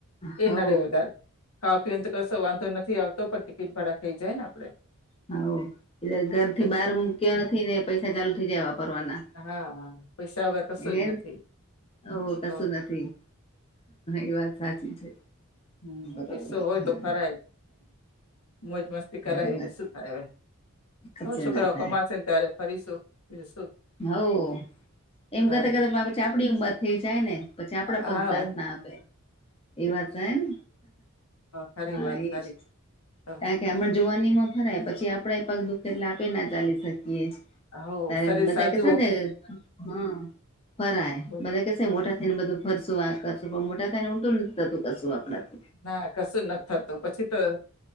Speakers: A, on the left; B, on the left.
A: હવ
B: એ નડે વધારે ખાવા પીવા માં તો કશો વાંધો નથી આવતો પણ <unintelligible> ભાડા થઇ જાય ને આપડે.
A: હા ઓ ઘર થી
B: એટલે
A: બહાર મૂક્યા નથી ને પૈસા ચાલુ થઇ જાય વાપરવાના.
B: હા હા પૈસા વગર કશું
A: હે
B: જ નથી.
A: ઓ કશું
B: તો
A: નથી એ વાત સાચી છે.
B: હમમ
A: બરોબર
B: પૈસો
A: હા
B: હોય તો ફરાય મોજ મસ્તી કરાય
A: હા એ
B: બીજું
A: વાત
B: શું થાય હવે.
A: કશું
B: હો છોકરા
A: ના
B: ઓ
A: થાય
B: કમાશે ને ત્યારે ફરીશું બીજુ શું.
A: હોવ એમ
B: તારે
A: કરતા કરતા પછી આપડી ઉંમર થઈ જાય ને પછી આપડા પગ
B: હા
A: સાથ
B: ઉમ
A: ના આપ આપે એ વાત તો એમ
B: ખરી
A: હા
B: વાત
A: એજ.
B: તારી તો
A: કારણ કે અમણા જુવાની માં ફરાય પછી આપડા પગ દુઃખે એટલે આપડે ના ચાલી શકીએ.
B: હોવ
A: તારે
B: શરીર
A: બધા
B: સાથ
A: હા ફરાય
B: બોલ.
A: બધા કેય મોટા થઈ ને બધું ફરસું આ કરશું પર મોટા થાય ને ઊલટું નથી થતું કશું આપણા થી
B: ના કશું નથી થતું પછી તો